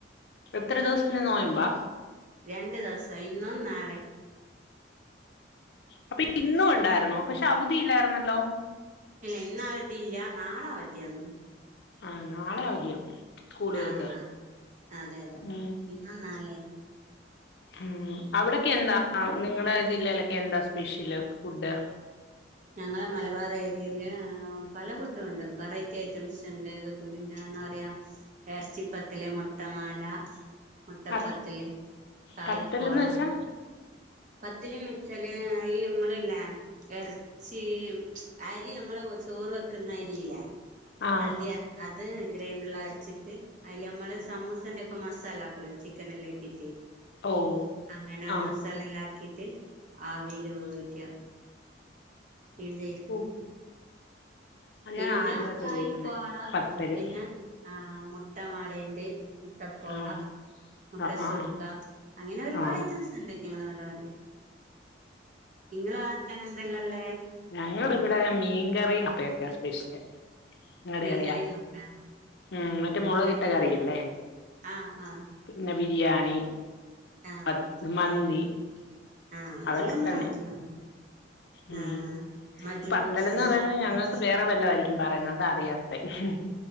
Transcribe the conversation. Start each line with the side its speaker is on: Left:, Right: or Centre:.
Left: എത്ര ദിവസത്തിന് നോയമ്പാ?
Right: രണ്ടു ദിവസം, ഇന്നും നാളെ.
Left: അപ്പോ ഇന്നു ഒണ്ടായിരുന്നോ? പക്ഷേ അവധിയില്ലായിരുന്നല്ലോ?
Right: ഇല്ല ഇന്നവധി ഇല്ല, നാള അവതിയാന്നും
Left: ആഹ് നാളെ അവധിയ സ്കൂളുകൾക്ക്,
Right: ആഹ് ആഹ് അതെ അതെ
Left: ഉം
Right: ഇന്നും നാളെയും
Left: ഉം അവിടക്കെ എന്താ നിങ്ങടെ ജില്ലയിലൊക്കെ എന്താ സ്പെഷ്യല് ഫുഡ്?
Right: ഞങ്ങള മലബാർ ഏരിയല് പല കുട്ടുണ്ട്, വെറൈറ്റി ഐറ്റംസ്ണ്ട് ഇതൊക്കെ പിന്നെ എന്നാ പറയാ എർച്ചിപ്പത്തല്, മുട്ടമാല മുട്ടപ്പത്തില്,
Left: പ
Right: കായ്പോള
Left: പത്തൽന്ന് വെച്ചാ
Right: പത്തി ലോ മി ച്ചല് മ്മ ളുല്ലേ ഇറ - ചേഅരി നമ്മള്ല്ലേ ചോറ് വെക്കുന്ന അരിയില്ലേ
Left: ആഹ്
Right: അതി അത് ഗ്രൈണ്ടർല്ല ച്ചിട്ട് അതില് നമ്മള് സമൂസന്റെ ഒക്കെ മസാല ആക്കൂ ല്ലേ ചിക്കൻ എല്ലാം ഇട്ടിട്ട്
Left: ഓഹ്
Right: അങ്ങനെ ആ
Left: ആഹ്
Right: മസാലല്ലാ ക്കിട്ട് ആവീല് വേവിക്കാം പിൻചെയ്യ
Left: ഓഹ് അത്
Right: പിന്നെ
Left: ഞാൻ ആദ്യമായിട്ടാ
Right: കായ്
Left: കേൾക്കുന്നേ
Right: പോ ള
Left: പത്തല്
Right: പിന്നെ ആ മുട്ടമാലേന്റെ മുട്ടപ്പോള
Left: ആഹ്
Right: മുട്ട
Left: ആഹ്
Right: സുറുക്ക
Left: ആഹ്
Right: അങ്ങനെ ഒരുപാട്
Left: ആഹ്
Right: ഐറ്റംസ് ണ്ട് ഞങ്ങള്മലവാതി നിങ്ങള് വാദത്ത എന്തല്ലല്ലേ
Left: ഞങ്ങളു ടെ ഇവിടെ മീൻകറിയും പ്പൊക്കെ സ്പെഷ്യല് ഞങ്ങടെ
Right: മീങ്കറി
Left: ഏറിയ
Right: അപ്പ
Left: ഉം മറ്റേ മുളക്കിട്ട കറിയി ല്ലേ
Right: ആ ആ
Left: പിന്നെ ബിരിയാണി
Right: ആ
Left: അത്
Right: ആ
Left: മന്തി
Right: അതെ ആ അതെല്ലാം
Left: അതൊക്കെ
Right: നമ്മളെ
Left: തന്നെ
Right: നാട്ടിലാണ്
Left: ഉം
Right: ആ മജ്ബൂസ്
Left: ഈ പത്തലന്ന് പറയുന്നത് ഞങ്ങൾക്ക്
Right: ആ
Left: വേറെ വല്ല ആയി രിക്കും പറയുന്നതാ അറിയാത്തെഹി ഹി